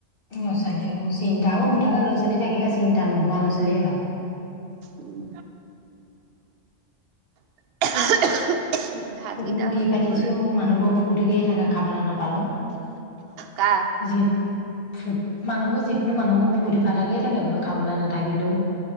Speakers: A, on the left; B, on the right.
A: ল'ৰা ছোৱালী এইবোৰ চিন্তা অঁহ মুঠতে ল'ৰা ছোৱালী থাকিলে চিন্তা নোহোৱা ল'ৰা ছোৱালীয়ে ভাল।
B: উম। <unintelligible> ভাতকেইটা
A: ফূৰ্তিনো কি পাতিছোঁ
B: হ'লে
A: মানুহবোৰ ফূৰ্তিকে থাকে খাবলৈ নাপালেওঁ
B: কাৰ
A: যি। ফ মানুহবোৰ যিকোনো মানুহবোৰ ফুৰ্তি ফাৰতাকে থাকে বোলো খাবলৈ নাথাকিলেও।